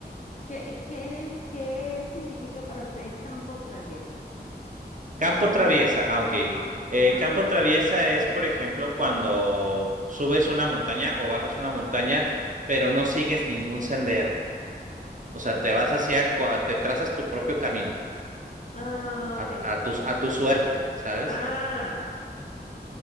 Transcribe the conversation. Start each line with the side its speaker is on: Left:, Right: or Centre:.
Left: ¿Qué, qué, le- qué significa para ustedes campo traviesa?
Right: Campo traviesa,
Left: Me
Right: ah, ok.
Left: Ajá,
Right: Eh,
Left: ajá,
Right: campo traviesa es, por ejemplo, cuando subes una montaña o bajas una montaña, pero no sigues ningún sendero. O sea,
Left: ajá.
Right: te vas hacia, co- te trazas tu propio camino,
Left: Ah,
Right: a,
Left: ok.
Right: a tu, a tu suerte, ¿sabes?
Left: Ah,